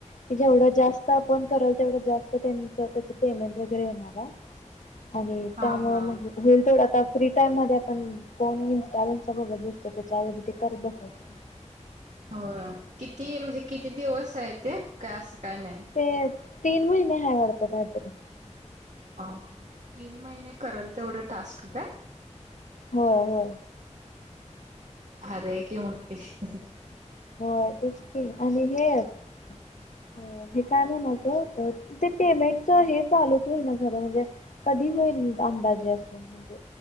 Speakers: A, on the left; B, on the right.
A: कि जेवढं जास्त आपण कराल तेवढं जास्त त्यांच त्याच पेमेंट वगैरे येणारये. आणि
B: हा
A: त्यामुळे
B: हा
A: मग होईल तेवढं आता फ्री टाइम मध्ये आपण फोन इस्टा त्या बघंत बसतो त्याच्याऐवजी ते कर बसायचं.
B: होय किती म्हणजे किती दिवस आहे ते काय असं काय नाय.
A: होय तीन महिने हाय वाटतं काहीतरी.
B: अअ तीन महिने करल तेवढं टास्क काय.
A: होय होय.
B: ह रे क मुटती <unintelligible>
A: होय तेचकी आणि हे आहेत. अ हे काय म्हणातं होतो पेमेंटच हे चालूच होईना झालय म्हणजे कधी होईल अंदाजे असं म्हणजे